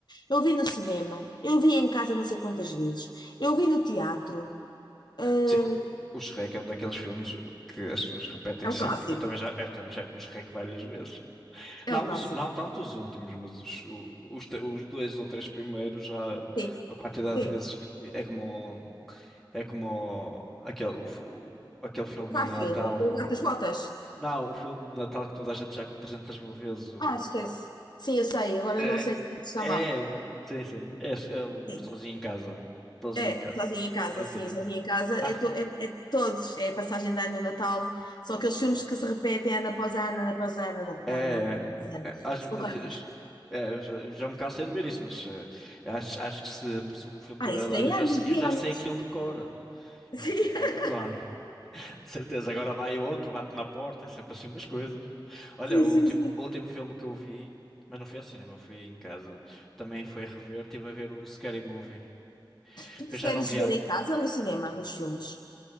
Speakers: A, on the left; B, in the centre.
A: Eu vi no cinema, eu vi em casa não sei quantas vezes, eu vi no teatro. ah,
B: Sim. O Shrek é um daqueles filmes que as pessoas repetem
A: É
B: sempre.
A: um clássico.
B: Eu também já, eu também já vi o Shrek várias vezes.
A: É
B: Não,
A: um clássico.
B: os- não tanto os últimos, mas os, os, os dois ou três primeiros já
A: Sim.
B: a quantidade
A: Sim.
B: de vezes que vi. É como É como aquele, o o- aquele filme
A: O Garfield,
B: de Natal.
A: o gato das botas.
B: Não, o filme de Natal que toda a gente já viu 300 mil vezes. O...
A: Ah, esquece. Sim, eu sei. Agora
B: É,
A: eu não sei como se chama.
B: é, é, sim, sim. É, é o
A: Sim.
B: Sozinho em Casa. Sozinho
A: É,
B: em Casa.
A: sozinho em casa,
B: Exatamente.
A: sim, sozinho em casa.
B: Ah,
A: É, to- é, é todos. É a passagem de ano e o Natal. São aqueles filmes que se repetem ano após ano, ano após ano, ano após
B: é,
A: ano. ano após ano.
B: é, é, às
A: São
B: vezes-
A: clássicos.
B: é, eu já, eu já me cansei de ver isso, mas eh, acho, acho que se, se o filme tiver
A: Ah, isso
B: a dar,
A: tem
B: eu já,
A: anos
B: se- eu
A: e
B: já
A: anos.
B: sei aquilo de cor.
A: <laughs>
B: Eu já sei aquilo de cor. <laughs> De certeza, agora vai outro, bate na porta, é sempre assim umas coisas. Olha,
A: Sim,
B: o
A: sim,
B: último,
A: sim, sim.
B: o último filme que eu vi, mas não foi ao cinema, fui em casa. Também foi rever, estive a ver o Scary Movie,
A: Tu preferes
B: que eu já não via.
A: ver
B: há-
A: em casa ou no cinema os filmes?